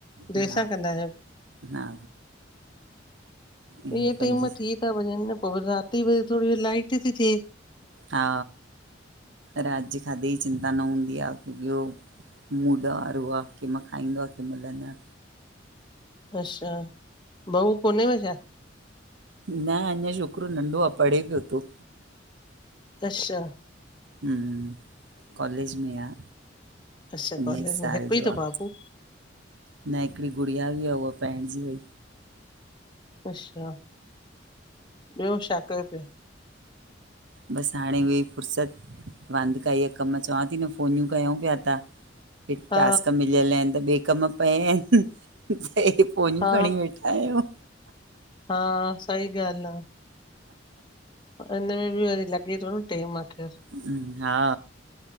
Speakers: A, on the right; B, on the left.
A: हा
B: देर सां कंदा आयो?
A: हा ऐं
B: इंएं
A: पंजे
B: टेम थी था वञन न पो वरी रात जो वरी थोरी लाइट थी थेए।
A: हा! रात जे खाधे ॼी चिंता न हूंदी आ की ॿयो मुड वारोआ केंमल खाईंदो आ, केंमल न।
B: अच्शा बहू कोनेव छा?
A: न अञां शोकरो नंढो आ पढे़ पयो तो।
B: अच्शा
A: हूं कॉलेज में आ।
B: अच्छा
A: उन्नीस
B: कॉलेज में
A: साल
B: हिकु
A: ॼो
B: ई अथव
A: आ
B: बाबू
A: न हिकड़ी गुड़िया ॿि आ उहा पाइणॼी वई।
B: अशा ॿयो शा कयो पया?
A: बस हांणें वेई फुर्सत वांंदकाईय जा कम चवां ती न फ़ोनयूं कयऊं पया हे
B: हा
A: टास्क मिलयल आयन त ॿे कम पया आयन। फोनियूं
B: हा
A: खणी वेठा आयूं।
B: हा, सई ॻाल आ इनमें ॿि वरी लॻे तो न। टेम आ खेर।
A: हम्म, हा